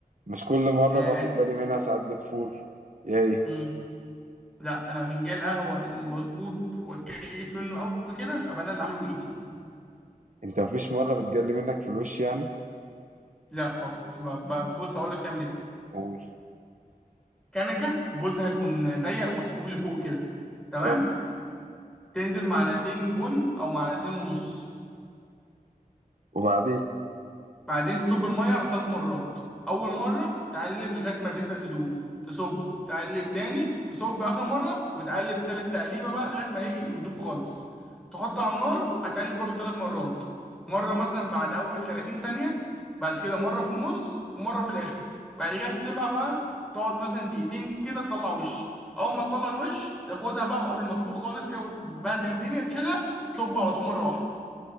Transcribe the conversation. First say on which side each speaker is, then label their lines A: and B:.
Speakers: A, on the right (about 55°); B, in the centre.
A: مش كل مرة
B: ياه
A: باخد بالي منها ساعات بتفور يا ايه
B: إمم. لا انا فنجان القهوه المظبوط وكيف انه قوي كده ابقى انا اللي عامله بايدي
A: انت مفيش مرة بتجلي منك في الوش يعني
B: لا خالص ب- ب- بص اقول لك تعمل ايه
A: قول
B: كنكه بوزها هيكون ضيق ومسحوب لفوق كده تمام
A: اه
B: تنزل معلقتين بن او معلقتين ونص
A: وبعدين
B: بعدين تصب المية على ثلاث مرات أول مرة تقلب لغاية ما تبدأ تدوب تصب تقلب تاني تصب آخر مرة وتقلب تالت تقليبة بقى لغاية ما إيه يدوب خالص تحط على النار هتقلب برضو ثلاث مرات مرة مثلا بعد أول 30 ثانية بعد كده مرة في النص ومرة في الآخر بعد كده تسيبها بقى تقعد مثلا دقيقتين كده تطلع وش أول ما تطلع الوش تاخدها بقى وقبل ما تفور خالص كده وتبهدل الدنيا تشيلها تصب على طول مرة واحدة